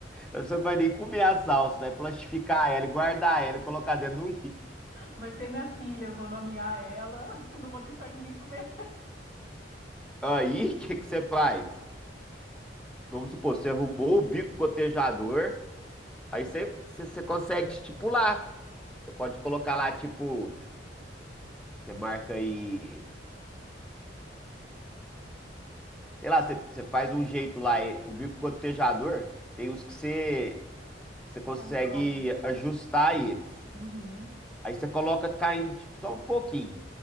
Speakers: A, in the centre; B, on the left.
A: você não vai nem comer a salsa, vai plastificar ela e guardar ela e colocar dentro do
B: Vai ser minha filha, eu vou nomear ela, <laughs> não vou deixar ninguém comer.
A: Aí, <laughs> o que que você faz? Vamos supor, você arrumou o bico gotejador, aí você, você, você consegue estipular. Você pode colocar lá, tipo, você marca aí, sei lá, você, você faz um jeito lá. e- O bico gotejador tem uns que você, que você consegue
B: Controla.
A: ajustar eles.
B: Uhum,
A: Aí você coloca caindo de- só um pouquinho.